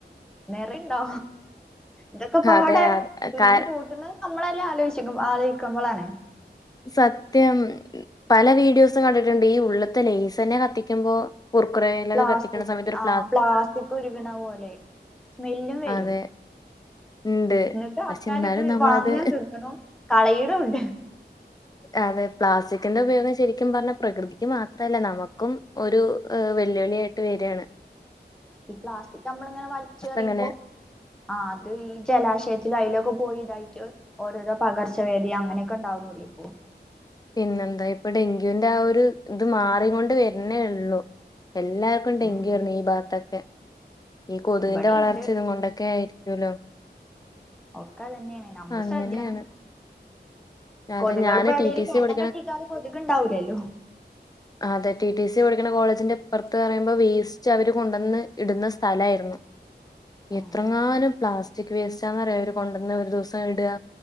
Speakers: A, in the centre; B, on the left.
A: നെറിണ്ടോ ഇതൊക്കെപ്പാടെ
B: അതെ അത്
A: തിന്ന്
B: കാ-
A: കൂട്ടുന്നത് നമ്മളെന്നെ ആലോചിക്ക് ആലോയ്ക്കുമ്പളാണ്.
B: സത്യം പല വീഡിയോസും കണ്ടിട്ടുണ്ട് ഈ ഉള്ള്ത്ത ലെയസെന്നെ കത്തിക്കുമ്പോ കുർക്കുറയിലൊക്കെ
A: പ്ലാസ്റ്റിക്
B: കത്തിക്കുന്ന സമയത്ത് ഒരു
A: ആ പ്ലാസ്റ്റിക് ഉരുകണ പോലെ സ്മെല്ലും വരും
B: അതെ ഇണ്ട്
A: എന്നിട്ട് ആൾക്കാര്
B: പക്ഷെ എന്നാലും
A: ഇത്
B: നമ്മളത്
A: വാങ്ങ്ണും തിന്ന്ണും കളയിണും ഉണ്ട്.
B: അതെ പ്ലാസ്റ്റിക്കിന്റെ ഉപയോഗം ശരിക്കും പറഞ്ഞ പ്രകൃതിക്ക് മാത്രല്ല നമുക്കും ഒരു വ വെല്ലുവിളിയായിട്ട് വരാണ്
A: ഈ പ്ലാസ്റ്റിക് നമ്മളിങ്ങനെ വലിച്ചെറിയുമ്പോ
B: അങ്ങനെ
A: ആ അത് ഈ ജലാശയത്തില് അയിലൊക്കെ പോയിതായിട്ട് ഓരോരോ പകർച്ചവ്യാദി അങ്ങനെക്കെ ഉണ്ടാവണ്ല്ലേ ഇപ്പൊ
B: പിന്നെന്താ ഇപ്പൊ ഡെങ്ക്യുന്റെ ആ ഒരു ഇത് മാറികൊണ്ട്‌ വരുന്നേ ഉള്ളു എല്ലാർക്കും ഡെങ്കി
A: ഉം
B: വന്ന് ഈ ഭാഗത്തൊക്കെ ഈ കൊതുകിന്റെ
A: ഇബടിം
B: വളർച്ച
A: ഇണ്ട്
B: ഇത് കൊണ്ടൊക്കെ ആയിരിക്കുവല്ലോ
A: ഒക്കെ അതന്നേണ് നമ്മള്
B: അങ്ങനെയാണ്
A: ശ്രദ്ധിക്കണം
B: അതെ
A: കൊതുകൾ
B: ഞാന്
A: ഇപ്പേടീം
B: ടി ടി സി
A: വെള്ളം
B: പഠിക്കണ
A: കെട്ടിക്കാത കൊതുക് ഉണ്ടാവൂലല്ലോ
B: ആ അതെ ടി ടി സി പഠിക്ക്ണ കോളേജിന്റെ ഇപ്പർത്ത് പറയുമ്പോ വേസ്റ്റ് അവര് കൊണ്ടന്ന് ഇടുന്ന സ്ഥലായിരുന്നു.
A: ഉം
B: എത്രങ്ങാനും പ്ലാസ്റ്റിക് വേസ്റ്റാന്നറിയോ അവര് കൊണ്ടന്ന് ഒരു ദിവസം ഇടുക